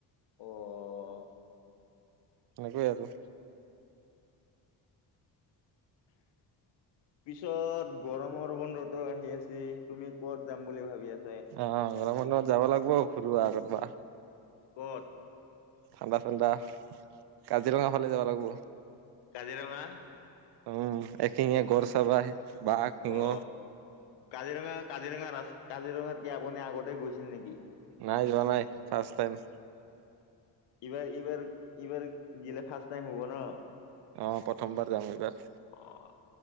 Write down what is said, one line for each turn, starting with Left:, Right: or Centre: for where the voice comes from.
Left: অ'
Right: সেনেকুৱা আৰু।
Left: পিছত গৰমৰ বন্ধতো আহি আছে, তুমি ক'ত যাম বুলি ভাবিছা?
Right: অ' গৰম বন্ধত যাব লাগব ফুৰিব। আৰু কোৱা?
Left: ক'ত?
Right: ঠাণ্ডা ঠাণ্ডা কাজিৰঙা ফালে যাব লাগব।
Left: কাজিৰঙা
Right: উম একখিঙিয়া গড় চাব আহে বাঘ, সিংহ
Left: অ কাজিৰঙা কাজিৰঙা ৰা কাজিৰঙাত কি আপুনি আগতে গৈছিল নেকি?
Right: নাই যোৱা নাই ফাৰ্ষ টাইম।
Left: এইবাৰ এইবাৰ এইবাৰ গিলে ফাৰ্ষ্ট টাইম হ'ব ন,
Right: অ প্ৰথমবাৰ যাম এইবাৰ।
Left: অ'